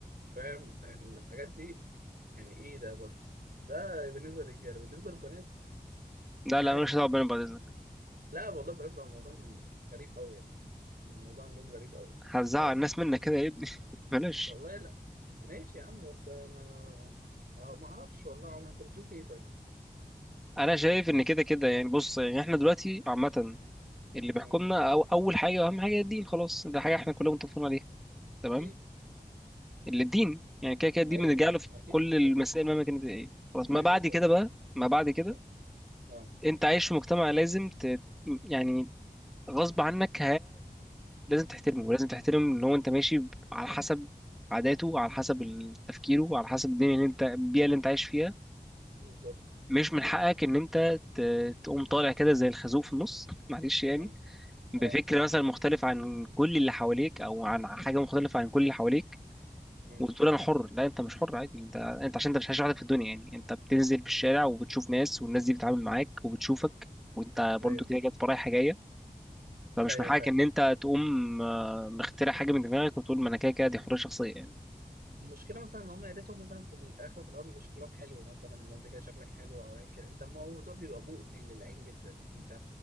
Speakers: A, on the right; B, in the centre.
A: فاهم الحاجات دي يعني ايه ده برضه ده بالنسبه للرجاله بالنسبه للبنات
B: لا
A: مش عارف
B: لا ماليش
A: بقى
B: دعوة بينا بعد اذنك
A: لا والله البنات بقى الموضوع غريب قوي يعني الموضوع عندهم غريب قوي
B: هتزعل
A: فاهم
B: الناس منك كده يا ابني <laughs> بلاش
A: والله لا ماشي يا عم بس انا أه ما اعرفش والله يا عم انت بتشوف ايه طيب
B: انا شايف ان كده كده يعني بص يعني احنا دلوقتي عامة اللي بيحكمنا
A: مم.
B: أو اول حاجة واهم حاجة هي الدين خلاص ده حاجة احنا كلنا متفقين عليها تمام
A: اكيد
B: اللي الدين
A: مم.
B: يعني كده كده الدين
A: ايوه
B: بنرجع
A: طب
B: له في
A: اكيد
B: كل المسائل
A: اكيد
B: مهما كانت ايه خلاص
A: مليون
B: ما بعد
A: في
B: كده
A: المية
B: بقى ما بعد كده
A: اه آه.
B: انت عايش في مجتمع لازم ت... يعني غصب عنك لازم تحترمه
A: مم.
B: ولازم تحترم ان هو انت ماشي ب- على حسب عاداته على حسب ال- تفكيره على حسب الدنيا اللي انت البيئه اللي انت عايش فيها
A: بالظبط
B: مش من حقك ان انت ت- تقوم طالع كده زي الخازوق في النص <laughs> معلش يعني
A: مم.
B: بفكر
A: اه
B: مثلا مختلف عن كل اللي حواليك او عن حاجه مختلفه عن كل اللي حواليك
A: مم.
B: وتقول انا حر لا انت مش حر عادي انت انت عشان انت مش عايش لوحدك في الدنيا يعني انت بتنزل في الشارع وبتشوف ناس والناس دي بتتعامل معاك وبتشوفك وانت
A: ايوه
B: برضو كده جت رايحه جايه فمش
A: ايوه
B: من حقك
A: فاهم
B: ان انت تقوم آه، مخترع حاجه من دماغك وتقول ما انا كده كده دي حريه شخصيه يعني
A: المشكله مثلا ان هم يا ريتهم مثلا في الاخر وفي الاول بيبقى شكلهم حلو مثلا لو انت كده شكلك حلو او ايا كان انت الموضوع بيبقى مؤذي للعين جدا انت